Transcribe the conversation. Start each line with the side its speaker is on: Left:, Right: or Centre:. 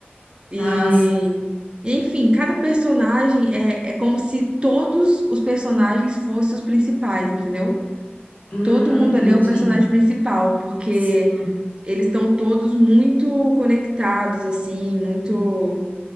Right: E
Left: Ah, sim.
Right: e, Enfim, cada personagem é, é como se todos os personagens fossem os principais, entendeu?
Left: Hum,
Right: Todo mundo
Left: entendi.
Right: ali é o personagem principal, porque
Left: Sim.
Right: eles estão todos muito conectados, assim, muito.